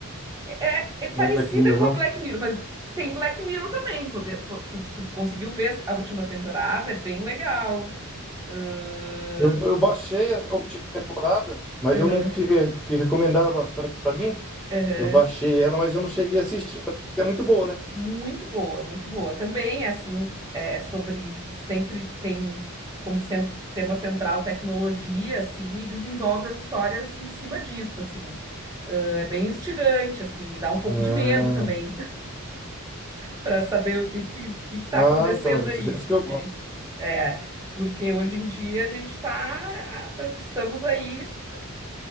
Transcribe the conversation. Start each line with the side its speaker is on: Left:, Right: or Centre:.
Right: É, é parecida
Centre: Não é Black Mirror,
Right: com
Centre: não.
Right: a Black Mirror, mas tem Black Mirror também. Poder, po- tu, tu conseguiu ver a última temporada? É bem legal. Ahn,
Centre: Eu, eu baixei a a última temporada, mas
Right: aham,
Centre: eu não. que- é, Porque recomendaram bastante pra mim.
Right: aham.
Centre: Eu baixei ela, mas eu não cheguei a assistir. Isso que é muito boa, né?
Right: Muito boa, muito boa. Também, assim, é sobre. Sempre tem como cen- tema central tecnologia, assim, e desenvolve as histórias em cima disso, assim. Ahn, é bem instigante, assim, e dá um pouco
Centre: Ah,
Right: de medo também. para saber o que que, que que tá
Centre: ah,
Right: acontecendo
Centre: então, é essa
Right: aí,
Centre: dessa
Right: porque
Centre: que eu gosto.
Right: é, porque hoje em dia a gente tá, tam- estamos aí